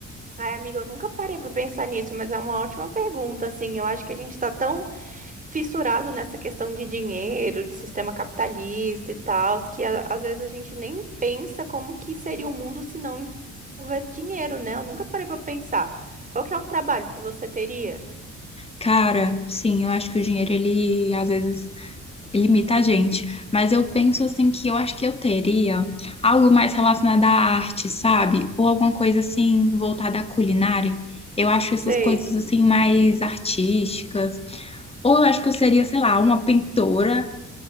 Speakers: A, on the right (about 25°); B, on the left (about 20°).
A: Ai, amiga, eu nunca parei pra pensar nisso, mas é uma ótima pergunta, assim. Eu acho que a gente tá tão fissurado nessa questão de dinheiro, de sistema capitalista e tal, que a- às vezes a gente nem pensa como que seria o mundo se não houvesse dinheiro, né? Eu nunca parei pra pensar. Qual que é o trabalho que você teria?
B: Cara, sim, eu acho que o dinheiro, ele às vezes limita a gente. Mas eu penso assim que eu acho que eu teria algo mais relacionado à arte, sabe? Ou alguma coisa assim voltada à culinária. Eu acho essas
A: Sei.
B: coisas assim mais artísticas. Ou eu acho que eu seria, sei lá, uma pintora